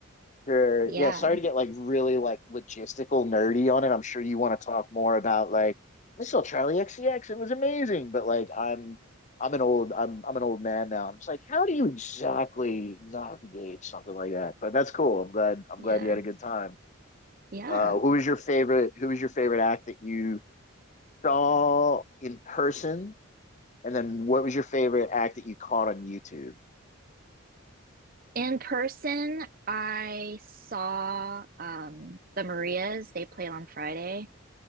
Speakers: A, on the left (about 35°); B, on the right (about 40°).
A: Sure.
B: Yeah.
A: Yeah, sorry to get like really like logistical nerdy on it. I'm sure you want to talk more about like I saw Charlie XCX. It was amazing, but like I'm I'm an old I'm I'm an old man now. I'm just like, how do you exactly navigate something like that? But that's cool. I'm glad I'm
B: Yeah.
A: glad you had a good time.
B: Yeah.
A: Uh, who was your favorite? Who was your favorite act that you saw in person? And then what was your favorite act that you caught on YouTube?
B: In person, I saw um the Marias. They played on Friday